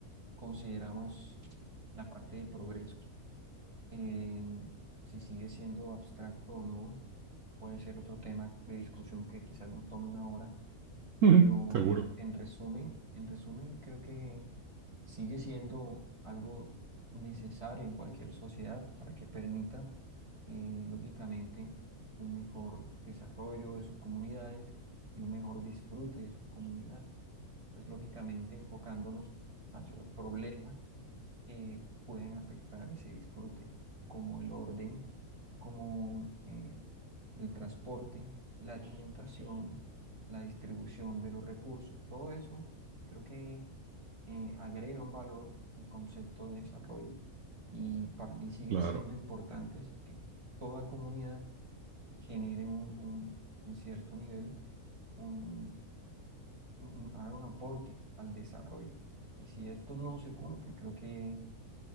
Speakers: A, on the right; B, on the right.
A: consideramos la parte de progreso eh, si sigue siendo abstracto o no, puede ser otro tema de discusión que quizás nos tome una hora,
B: <laughs>
A: pero
B: Seguro,
A: en, en resumen, en resumen, creo que sigue siendo algo necesario en cualquier sociedad para que permita, eh, lógicamente, un mejor desarrollo de sus comunidades y un mejor disfrute de sus comunidades. Pues lógicamente enfocándonos hacia los problemas que pueden afectar ese disfrute, como el orden, como eh, el transporte, la alimentación, la distribución de los recursos, todo eso creo que eh, agrega un valor al concepto de desarrollo y para mí siguen
B: claro.
A: siendo importantes que toda comunidad genere un, un- en cierto nivel, un, un- haga un aporte al desarrollo. Y si esto no se cumple, creo que